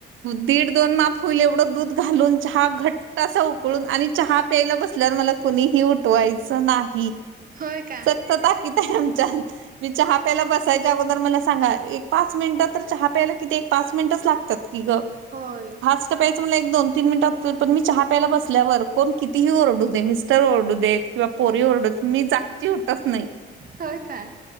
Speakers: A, on the right; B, on the right.
A: दीड दोन माप होईल एवढं दूध घालून चहा घट्ट अस उ कळून आणि चहा प्यायला बसल्यावर मला कुणीही उठवायचं नाही.
B: होय काय
A: सक्त ताकीद आहे आमच्यात मी चहा प्यायला बसायच्या अगोदर मला सांगा एक पाच मिनिटं तर चहा प्यायला किती एक पाच मिनिटच लागतात की ग.
B: होय.
A: फास्ट प्यायचं मला एक दोन तीन मिनट त पण मी चहा प्यायला बसल्यावर कोण कितीही ओरडू दे मिस्टर ओरडू देत. किंवा पोरी ओरडू देत मी जागेची उठत नाही.
B: होय काय